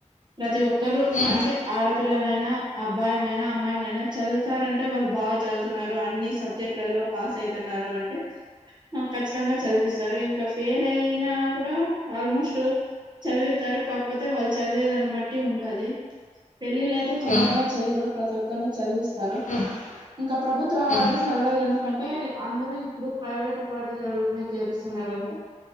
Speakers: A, on the right; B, on the left.
A: ప్రతి ఒక్కరు
B: ఉ ఉ ఉ
A: అంటే ఆడపిల్లలైనా అబ్బాయి నైనా అమ్మాయిలైనా చదువుతారంటే వాళ్ళు బాగా చదువుతున్నారు అన్ని సబ్జెక్ట్లలో పాస్ అయితున్నారు అంటే ఖచ్చితంగా చదివిస్తారు ఇంకా వేలయినా కూడా ఆల్మోస్ట్ చదివితారు కాకపోతే వాళ్ళు చదివేదాన్ని బట్టి ఉంటాది. పెళ్ళిళ్ళ అయితే తొందరగా
B: ఉ
A: చేయరు ప్రతి ఒక్క తను చదివిస్త తారు
B: ఉ
A: ఇంకా ప్రభుత్వ పాఠశాలల్లో
B: ఉ
A: ఎందు ఎ అంటే అందరూ ఇప్పుడు ప్రైవేటు పాఠశాలనే చేరుస్తున్నారు, అంటే